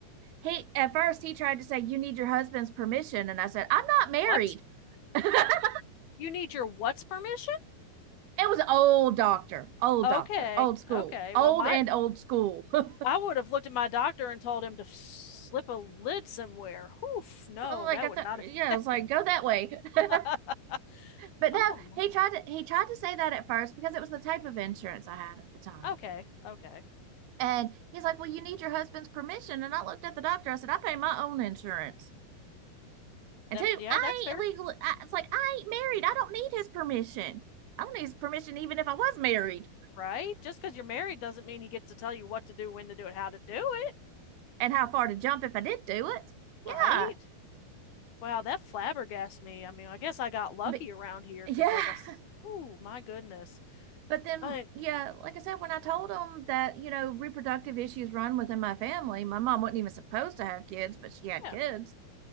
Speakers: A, on the right; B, on the left.
A: he at first he tried to say you need your husband's permission and i said i'm not married
B: What?
A: <laughs> it
B: You need your what's permission?
A: was an old doctor old
B: Okay,
A: doctor old school
B: okay.
A: old
B: Well, my
A: and old school <laughs> like
B: I would have looked at my doctor and told him to slip a lid somewhere. Oof, no,
A: i
B: that would
A: thought
B: not have
A: yeah
B: <laughs>
A: it's like
B: happened.
A: go that way <laughs>
B: <laughs>
A: but
B: Oh
A: no
B: my.
A: he tried to he tried to say that at first because it was the type of insurance i had at the time
B: Okay. Okay.
A: and he's like well you need your husband's permission and i looked at the doctor i said i pay my own insurance and
B: That,
A: two
B: yeah,
A: i
B: that's fair,
A: ain't legal I, it's like i ain't married i don't need his permission i don't need his permission even if i was married
B: right? Just because you're married doesn't mean he gets to tell you what to do, when to do it, how to do it,
A: and how far to jump if I did do it.
B: right?
A: Yeah.
B: Wow, that flabbergasted me. I mean, I guess I got lucky
A: But
B: around here
A: yeah.
B: because, like, I. s-
A: <laughs>
B: Oh my goodness.
A: But then,
B: I
A: yeah, like I said, when I told them that, you know, reproductive issues run within my family, my mom wasn't even supposed to have kids, but she had
B: yeah,
A: kids.